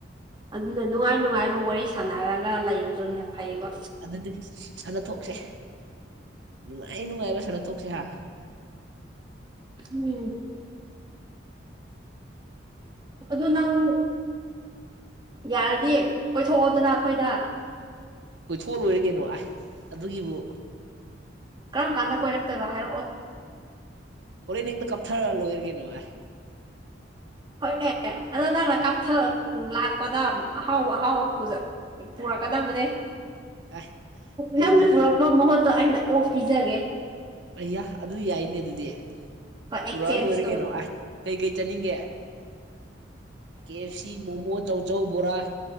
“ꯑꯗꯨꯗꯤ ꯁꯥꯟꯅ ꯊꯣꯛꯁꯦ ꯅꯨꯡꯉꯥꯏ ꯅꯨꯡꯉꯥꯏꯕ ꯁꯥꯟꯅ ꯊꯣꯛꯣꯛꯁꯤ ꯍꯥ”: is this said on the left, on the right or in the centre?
Right